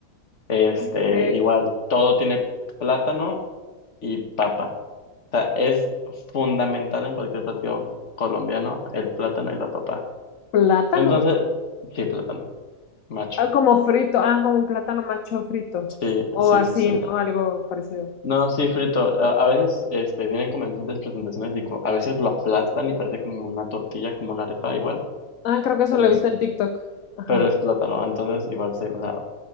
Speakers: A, on the left (about 55°); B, on the left (about 70°).
A: Este,
B: Ok.
A: igual, todo tiene plátano y papa. O sea, es fundamental en cualquier platillo colombiano el plátano y la papa.
B: Plátano.
A: Entonces, sí, plátano, macho.
B: Ah, como frito, ah, como un plátano macho frito.
A: Sí,
B: O
A: sí,
B: así,
A: sí, sí.
B: ¿no? Algo parecido.
A: No, sí, frito. A, a veces este, vienen como en diferentes presentaciones y co- a veces lo aplastan y parece como una tortilla, como una arepa igual.
B: Ah, creo que eso
A: Pero
B: lo he
A: es,
B: visto en TikTok. ajá
A: pero es plátano, entonces igual sí. O sea,